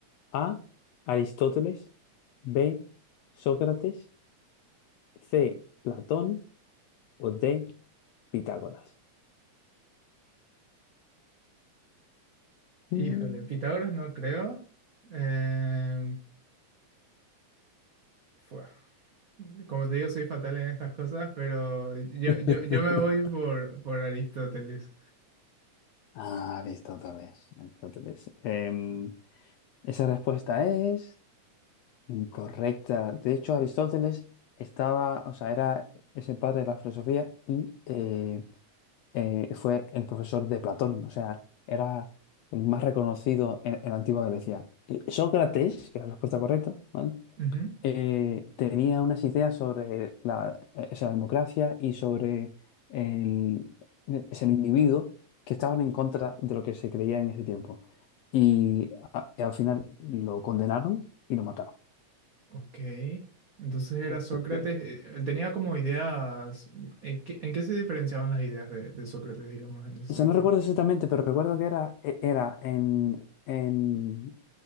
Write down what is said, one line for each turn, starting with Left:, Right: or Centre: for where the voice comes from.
Left: A. Aristóteles. B. Sócrates. C. Platón. O D. Pitágoras.
Right: Híjole,
Left: Mm.
Right: Pitágoras no creo. Em, fua. Como te digo, soy fatal en estas cosas, pero yo,
Left: <laughs>
Right: yo, yo me voy por, por Aristóteles.
Left: Ah, Aristóteles. Aristóteles. Em, esa respuesta es incorrecta. De hecho, Aristóteles estaba, o sea, era ese padre de la filosofía y eh, eh, fue el profesor de Platón, o sea, era el más reconocido en, en la antigua Grecia. Y Sócrates, que era la respuesta correcta, ¿vale?
Right: Ujú,
Left: Eh, tenía unas ideas sobre la, eh, o sea, la democracia y sobre el, es el individuo que estaban en contra de lo que se creía en ese tiempo. Y, a- y al final lo condenaron y lo mataron.
Right: Ok. Entonces era
Left: Así
Right: Sócrates.
Left: que,
Right: eh, eh, Tenía como ideas. ¿En qué, en qué se diferenciaban las ideas de, de Sócrates, digamos, en ese
Left: o
Right: sentido?
Left: sea, no recuerdo exactamente, pero recuerdo que era, e- era en, en